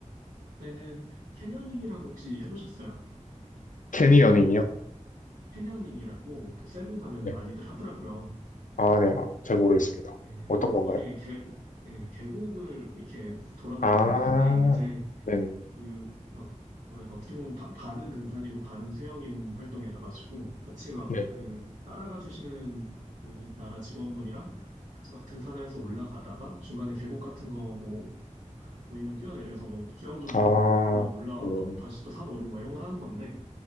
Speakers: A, on the right (about 85°); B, on the left (about 85°).
A: 때는 캐녀닝이라고 혹시 해보셨어요?
B: 캐니어닝이요?
A: 캐녀닝이라고 그 세부 가면
B: 네.
A: 많이들 하더라고요.
B: 아, 네. 아, 잘
A: 이-
B: 모르겠습니다.
A: 네.
B: 어떤 건가요?
A: 이게 계곡, 예, 계곡을 이렇게 돌아다니는
B: 아,
A: 건데 이제
B: 네네.
A: 그 막 뭐랄까 어떻게 보면 바- 반은 등산이고 반은 수영인 활동이라 가지고 같이 막
B: 네.
A: 그 따라가 주시는 그 나라 직원분이랑 같이 막 등산을 해서 올라가다가 중간에 계곡 같은 거 뭐 보이면 뛰어내려서 뭐 수영 좀
B: 아,
A: 하고 그러다 올라와서
B: 오,
A: 다시 또 산 오르고 막 이런 걸 하는 건데